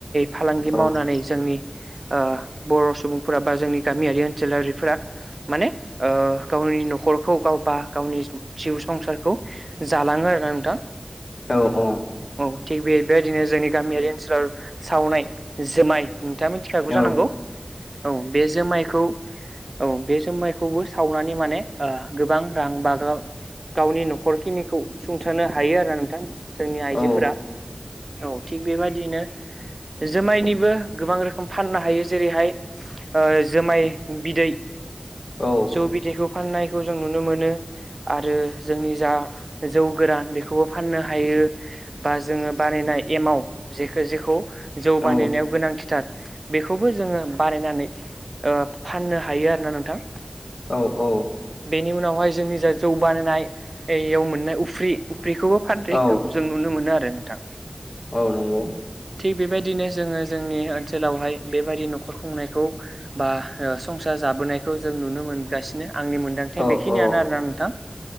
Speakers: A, on the right; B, on the left.
A: फालांगि
B: औ
A: मावनानै जोंनि ओ बर' सुबुंफोरा बा जोंनि गामियारि ओनसोलारिफोरा माने ओ गावनि न'खरखौ, गावबा-गावनि जिउ संसारखौ जालाङो आरो ना नोंथां।
B: औ औ
A: औ थिग, बेबायदिनो जोंनि गामियारि ओनसोलाव सावनाय जोमाय, नोंथाङा मिथिखागौ
B: औ
A: जानांगौ, औ बे जोमायखौ औ बे जोमाइखौबो सावनानै माने गोबां रां बा गावनि न'खरखिनिखौ सुंथानो हायो आरो ना नोंथां जोंनि आइजोफोरा,
B: औ
A: औ थिग बेबायदिनो
B: <inaudible>
A: जोमायनिबो गोबां रोखोम फाननो हायो जेरैहाय ओ जोमाय बिदै,
B: औ
A: जौ बिदैखौ फाननायखौ जों नुनो मोनो आरो जोंनि जा जौ गोरान बेखौबो फाननो हायो। <unintelligible> बा जोङो बानायनाय एमाव जेखो जेखौ जौ
B: औ
A: बानायनायाव गोनांथिथार बेखौबो जोङो बानायनानै ओ <unintelligible> फाननो हायो आरो ना नोंथां।
B: औ- औ।
A: बेनि उनावहाय जोंनि जा जौ बानायनाययाव मोननाय उफ्रि बेखौबो फानथायखौ
B: औ
A: जों नुनो मोनो आरो नोंथां।
B: औ नंगौ।
A: <unintelligible> बेबायदिनो जोङो जोंनि ओनसोलावहाय बेबायदि न'खर खुंनायखौ बा ओ संसार ज <unintelligible> जाबोनायखौ जों नुनो मोनगासिनो। आंनि मोनदांथिया
B: औ
A: बेखिनियानो
B: औ
A: आरोना नोंथां